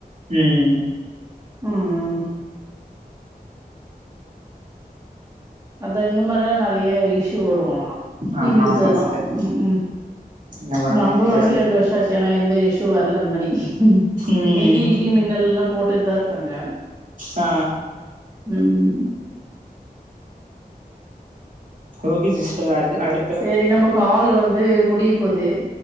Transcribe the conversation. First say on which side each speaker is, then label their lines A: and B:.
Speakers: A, on the right; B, on the right.
A: ம்
B: ம் ம் அதா இந்த மாதிரிலாம் நெறைய இஷ்யூ வரும்
A: ஆமா
B: டிவி இதெல்லாம்
A: ஆமா சிஸ்டர்
B: உம் உம்
A: என்ன பண்ணனே
B: நாங்களும் வாங்கி
A: தெர்ல
B: ரெண்டு வருஷம் ச்சு ஆனா எந்த இஷ்யூ வரல அந்த மாதிரி
A: ம்
B: இத்தனைக்கு இடி மின்னல் எல்லாம் போட்டுட்டுதான் இருக்காங்க
A: ஆ
B: உம்
A: ஓகே சிஸ்டர் அது அடு
B: சேரி நம்ம கால் வந்து முடிய போது